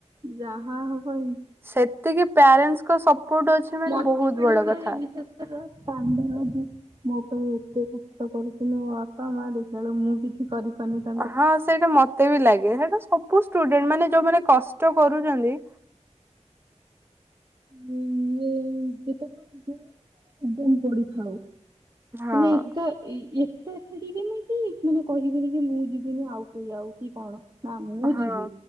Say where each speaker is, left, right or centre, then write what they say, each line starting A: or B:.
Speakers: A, on the right; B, on the right.
A: ଯାହା ହବ ଏ
B: ସେତିକି ପ୍ୟାରେଣ୍ଟସ୍ଙ୍ ଙ୍କ ସପୋର୍ଟ ଅଛି। ମାନେ
A: ମୋତ
B: ବହୁତ
A: ବେଳେବେଳେ
B: ବଡ କଥା।
A: ହଁ ବିଶେଷ କାନ୍ଦଲାଗେ ମୋ ପାଇଁ ଏତେ କଷ୍ଟ କରିଥିଲି ମୋ ବାପା ମା ଦେଖିଲ ବେଳୁ ମୁଁ କି କିଛି କରିପାରୁନି ତ।
B: ହଁ ସେଇଟା ମତେ ବି ଲାଗେ ସେଇଟା ସବୁ ଷ୍ଟୁଡେଣ୍ଟ ମାନେ ଯୋଉମାନେ କଷ୍ଟ କରୁଛନ୍ତି।
A: <unintelligible> ପଡ଼ିଥାଉ।
B: ହଁ
A: ମାନେ ଏକା ଏଇ ଏତେ ଏକାଠି ହେଇନେ କି ମାନେ କହିବେିନି କି ମୁଁ ଯିବିନି ଆଉ କେ ଯାଉ କି କଣ। ନା ମୁଁ
B: ହଁ
A: ଯିବି